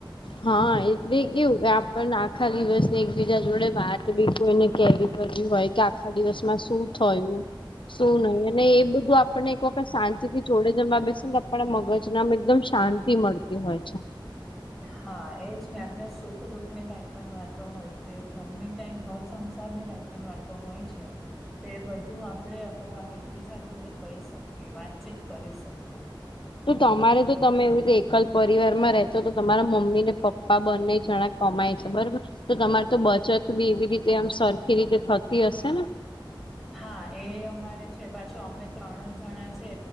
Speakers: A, on the left; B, in the centre.
A: હા એટલે કેવું આપણને આખા દિવસ ને એકબીજા જોડે વાત બેઠી એને કેવી- હોય કે આખા દિવસમાં શું થયું શું નહી અને એ બધું- આપણને એક વખત શાંતિ થી જોડે જવા બેશે ને તો આપણા મગજ નામ એકદમ શાંતિ મળતી હોય છે.
B: હા એજ ને અને સુખ દુખ ની કઈ પણ વાતો હોય છે. ઘર ને કઈ ઘર સંસાર ની કઈ પણ વાતો હોય છે. તે બધું આપડે આપણા એકબીજા જોડે કહી શકીએ વાતચીત કરી શકીએ-
A: તો તમારે તો તમે એવી રીતે એકલ પરિવાર માં રહેતો તો તમારા મમ્મી ને- પપ્પા બંને જણા કમાય છે. બરોબર- તો તમાર તો બચત બી એવી રીતે આમ સરખી રીતે થતી હશે ને-
B: હા એ અમારે છે પાછો અમે ત્રણ જ જણા છે.